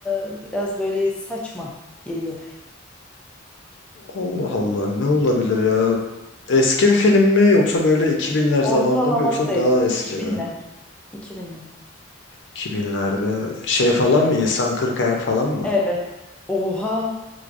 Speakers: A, in the centre; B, on the left (about 65°).
A: e, biraz böyle saçma geliyor.
B: Allah Allah ne olabilir ya? Eski bir film mi yoksa böyle 2000'ler zamanında
A: Ortalama
B: mı yoksa
A: sayılır.
B: daha eski
A: iki
B: mi?
A: binler. iki binler.
B: 2000'lerde şey falan mı İnsan Kırk Ayak falan mı?
A: Evet. Oha!